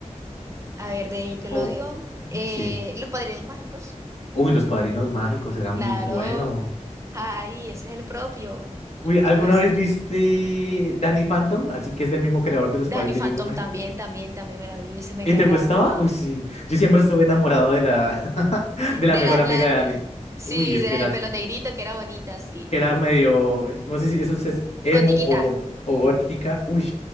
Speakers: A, on the right; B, on the left.
A: A ver, de Nickelodeon,
B: Oh,
A: eh,
B: sí.
A: Los Padrinos Mágicos,
B: Uy, Los Padrinos Mágicos, era
A: claro,
B: muy bueno.
A: ay, ese es el propio,
B: Uy, ¿alguna
A: tú ese.
B: vez viste Danny Phantom? Así que es del mismo creador de Los
A: Danny
B: Padrinos
A: Phantom
B: Mágicos.
A: también, también, también me la vi, ese me
B: ¿Y
A: encantaba
B: te gustaba?
A: también.
B: Uy, sí. Yo siempre estuve enamorado de la, <laughs> de
A: De
B: la mejor
A: la,
B: amiga
A: la,
B: de Anne.
A: <laughs> sí,
B: Uy, es
A: de
B: que
A: la
B: era
A: del pelo negrito, que era bonita, sí.
B: era medio, no sé si eso es emo
A: Gotiquita,
B: o, o gótica. Uy,